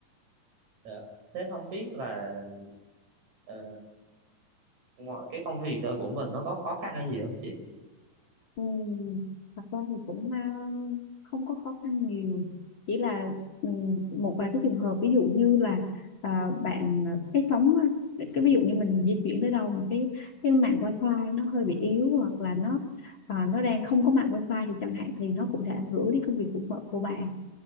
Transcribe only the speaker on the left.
Ừ, thật ra thì cũng ờ, không có khó khăn nhiều chỉ là ừ, một vài cái trường hợp ví dụ như là ờ, bạn ờ, cái sóng ờ, cái, cái ví dụ như mình di chuyển tới đâu mà cái cái mạng wifi nó hơi bị yếu hoặc là nó ờ, nó đang không có mạng wifi thì chẳng hạn thì nó cũng sẽ ảnh hưởng đến công việc của vợ- của bạn